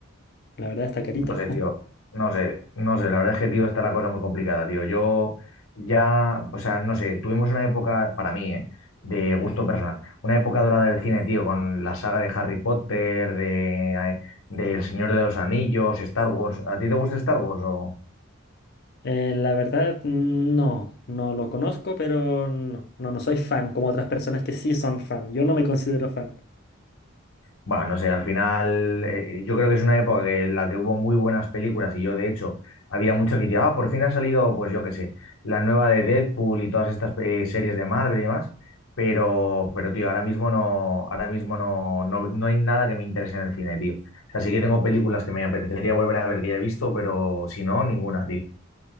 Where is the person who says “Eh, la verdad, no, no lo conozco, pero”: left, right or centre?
Left